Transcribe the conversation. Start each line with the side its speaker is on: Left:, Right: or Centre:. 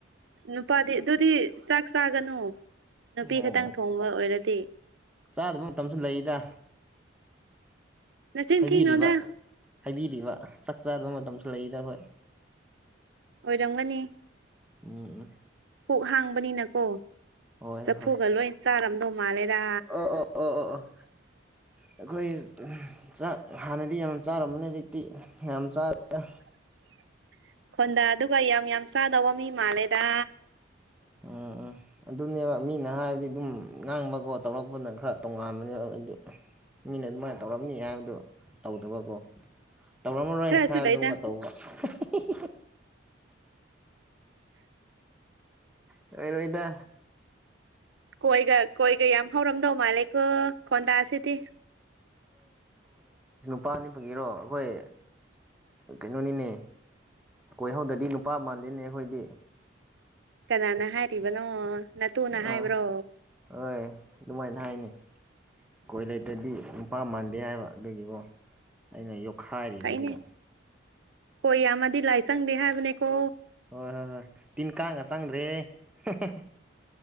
Right: ꯅꯨꯄꯥꯗꯤ ꯑꯗꯨꯗꯤ ꯆꯥꯛ ꯆꯥꯒꯅꯨ ꯅꯨꯄꯤ
Centre: ꯑꯣ
Right: ꯈꯇꯪ ꯊꯣꯡꯕ ꯑꯣꯏꯔꯗꯤ
Centre: ꯆꯥꯗꯕ ꯃꯇꯝꯁꯨ ꯂꯩꯗ
Right: ꯅꯆꯤꯟ
Centre: ꯍꯥꯏꯕꯤꯔꯤꯕ
Right: ꯊꯤꯅꯣꯗ
Centre: ꯍꯥꯏꯕꯤꯔꯤꯕ ꯆꯥꯛ ꯆꯥꯗꯕ ꯃꯇꯝꯁꯨ ꯂꯩꯗ ꯑꯈꯣꯏ
Right: ꯑꯣꯏꯔꯝꯒꯅꯤ
Centre: ꯎꯝ ꯎꯝ
Right: ꯄꯨꯛ ꯍꯥꯡꯕꯅꯤꯅꯀꯣ
Centre: ꯍꯣꯏ ꯍꯣꯏ
Right: ꯆꯐꯨꯒ
Centre: ꯍꯣꯏ
Right: ꯂꯣꯏ ꯆꯥꯔꯝꯗꯧ ꯃꯥꯜꯂꯦꯗ
Centre: ꯑꯣ ꯑꯣ ꯑꯣ ꯑꯣ ꯑꯣ
Right: <inaudible>
Centre: ꯑꯩꯈꯣꯏ ꯆꯥꯛ ꯍꯥꯟꯅꯗꯤ ꯌꯥꯝ ꯆꯥꯔꯝꯕꯅꯤ ꯍꯧꯖꯤꯛꯇꯤ ꯌꯥꯝ ꯆꯥꯗꯦꯗ
Right: <inaudible> ꯈꯣꯟꯗꯗꯨꯒ ꯌꯥꯝ ꯌꯥꯝ ꯆꯥꯗꯧꯕ ꯃꯤ ꯃꯥꯜꯂꯦꯗ
Centre: ꯎꯝ ꯎꯝ ꯑꯗꯨꯅꯦꯕ ꯃꯤꯅ ꯍꯥꯏꯕꯗꯤ ꯑꯗꯨꯝ ꯉꯥꯡꯕꯀꯣ ꯇꯧꯔꯛꯄꯅ ꯈꯔ ꯇꯣꯉꯥꯟꯕꯅꯦ ꯑꯩꯗꯤ ꯃꯤꯅ ꯑꯗꯨꯃꯥꯏꯅ ꯇꯧꯔꯝꯅꯤ ꯍꯥꯏꯕꯗꯨ ꯇꯧꯗꯕꯀꯣ ꯇꯧꯔꯝꯃꯔꯣꯏ
Right: ꯈꯔꯁꯨ
Centre: ꯍꯥꯏꯕꯗꯨ
Right: ꯂꯩꯗ
Centre: ꯑꯃꯨꯛꯀ ꯇꯧꯕ ꯍꯦ ꯍꯦ ꯍꯥ ꯂꯩꯔꯣꯏꯗ
Right: ꯀꯣꯏꯒ ꯀꯣꯏꯒ ꯌꯥꯝ ꯍꯧꯔꯝꯗꯧ ꯃꯥꯂꯦꯀꯣ ꯈꯣꯟꯗꯥꯁꯤꯗꯤ
Centre: ꯄꯥꯅꯤ ꯐꯥꯒꯤꯔꯣ ꯑꯩꯈꯣꯏ ꯀꯩꯅꯣꯅꯤꯅꯦ ꯀꯣꯏꯍꯧꯗꯗꯤ ꯅꯨꯄꯥ ꯃꯥꯟꯗꯦꯅꯦ ꯑꯩꯈꯣꯏꯗꯤ
Right: ꯀꯅꯥꯅ ꯍꯥꯏꯔꯤꯕꯅꯣ ꯅꯥꯇꯨꯅ
Centre: ꯑꯥ
Right: ꯍꯥꯏꯕ꯭ꯔꯣ
Centre: ꯍꯣꯏ ꯑꯗꯨꯃꯥꯏꯅ ꯍꯥꯏꯅꯦ ꯀꯣꯏ ꯂꯩꯇꯗꯤ ꯅꯨꯄꯥ ꯃꯥꯟꯗꯦ ꯍꯥꯏꯕ ꯑꯗꯨꯒꯤꯒꯣ ꯑꯩꯅ ꯌꯣꯛ ꯈꯥꯏꯔꯤꯕꯁꯤꯗ
Right: ꯐꯩꯅꯦ ꯀꯣꯏ ꯌꯝꯃꯗꯤ ꯂꯥꯏꯆꯪꯗꯦ ꯍꯥꯏꯕꯅꯦꯀꯣ
Centre: ꯍꯣꯏ ꯍꯣꯏ ꯍꯣꯏ ꯇꯤꯟ ꯀꯥꯡꯒ ꯆꯪꯗ꯭ꯔꯦ ꯍꯥꯍꯥꯍꯥ